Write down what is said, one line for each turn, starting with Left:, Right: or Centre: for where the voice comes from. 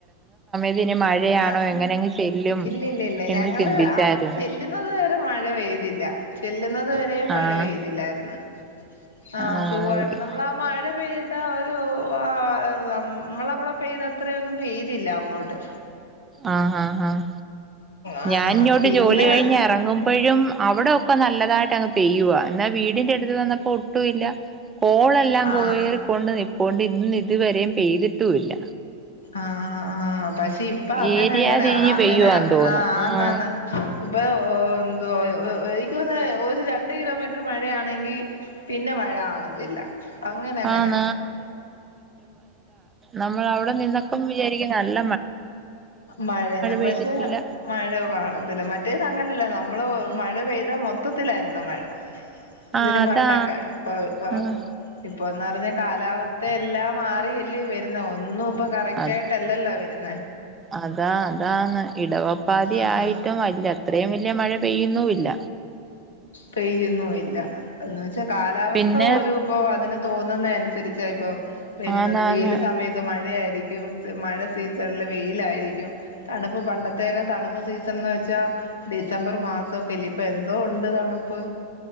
Right: തിന് മഴയാണോ
Left: ആഹ് ആഹ്
Right: എങ്ങനെങ്ങ് ചെല്ലും
Left: ഇല്ല ഇല്ല ഇല്ല
Right: എന്ന്
Left: ഞങ്ങള്
Right: ചിന്തിച്ചാരുന്നു.
Left: അവിടെ ചെല്ലുന്നത് വരെ മഴ പെയ്തില്ല ചെല്ലുന്നത്. അതുവരെയ് മഴ
Right: ആഹ്
Left: പെയ്തില്ലായിരുന്നു. ആ
Right: ആഹ്
Left: സുഖമായിട്ട് നമ്മളാ ആ മഴ പെയ് ത ഒരു ആനമ്മളവിടെ പെയ്ത ത്രേയൊന്നു പെയ്തില്ല അങ്ങോട്ട്.
Right: ആഹ് ആഹ് ആഹ്
Left: ആഹ്
Right: ഞാൻ ഇങ്ങോട്ട്
Left: പിന്നെ
Right: ജോലി കഴിഞ്ഞ് ഇറങ്ങുമ്പോഴും അവിടൊക്കെ നല്ലതായിട്ട് അങ്ങ് പെയ്യുവാ എന്നാ വീടിന്റെ അടുത്ത് വന്നപ്പോ ഒട്ടുംഇല്ല കോളെല്ലാം
Left: ആഹ്
Right: കോയറിക്കൊണ്ട് നിപ്പോണ്ട് ഇന്ന് ഇതുവരെയും പെയ്തിട്ടുമില്ല
Left: ആഹ് ആ ആഹ് പക്ഷേ ഇപ്പം അങ്ങനെ
Right: ഏരിയ
Left: അങ്ങനെ
Right: തിരിഞ്ഞ്
Left: അങ്ങനാ
Right: പെയ്യുവാന്ന് തോന്നുന്നു
Left: ആ അന്നന്നു
Right: ആഹ്
Left: ഇപ്പോ ഓഹ് ഓ എനിക്ക് തോന്നുന്നു ഒരു രണ്ട് കിലോമീറ്റർ മഴയാണെങ്കിൽ പിന്നെ മഴ കാണത്തില്ല അങ്ങനെ അങ്ങനാ
Right: ആ <unintelligible> <unintelligible> നമ്മൾ അവിടെ നിന്നപ്പം വിചാരിക്കുന്നതല്ല
Left: മഴയന്നും
Right: പെയ്തിട്ടില്ല
Left: പക്ഷെ മഴയോ കാണത്തില്ല മറ്റേത് അങ്ങനല്ല ന നമ്മള് മഴ പെയ്താൽ മൊത്തത്തിലായിരുന്നു മഴ
Right: ആഹ്
Left: ഇതിനും
Right: അതാ
Left: പണ്ടൊക്കെ ഇപ്പൊ ഇപ്പൊ
Right: ആഹ്
Left: ഇപ്പൊന്ന് പറഞ്ഞാൽ കാലാവസ്ഥ ഇപ്പം എല്ലാം മാറിയാലിയോ വരുന്നെ ഒന്നും ഇപ്പൊ കറക്റ്റ്
Right: അത്
Left: ആയിട്ടല്ലോ വെറു
Right: അതാ അതാണ് ഇടവപ്പാതി
Left: ആഹ്
Right: ആയിട്ടും അല്ല ഇത്രയും വലിയ മഴ പെയ്യുന്നുമില്ല
Left: പെയ്യുന്നുമില്ല എന്ന് വെ കാലാവസ്ഥ
Right: പിന്നെ
Left: പോലും ഇപ്പോ അതിന്. തോന്നുന്ന അനുസരിച്ച ഇപ്പം. വരുന്നത്
Right: ആന്നാന്ന്
Left: വെയില് സമയത്ത് മഴയായിരുന്നു. ശരിക്കും മഴ സീസണില് വെയിലായിരിക്കും, തണുപ്പ് പണ്ടത്തക്കെ തണുപ്പ് സീസൺന്ന് വെച്ചാൽ ഡിസംബർ മാസക്കല്ലേ ഇപ്പോയെന്ത്. എന്തോ ഉണ്ട് തണുപ്പ്.